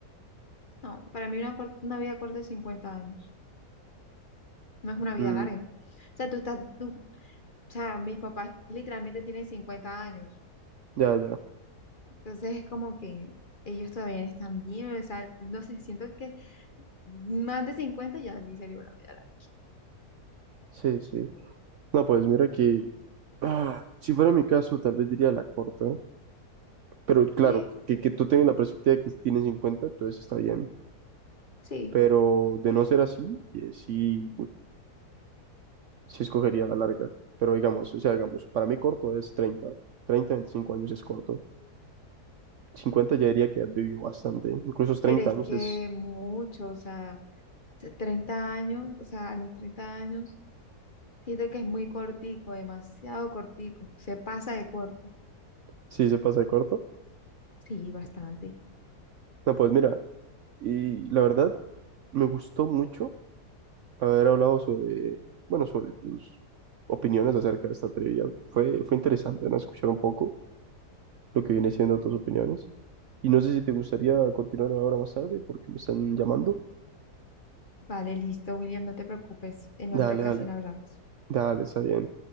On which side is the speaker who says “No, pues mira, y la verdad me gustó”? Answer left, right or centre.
Right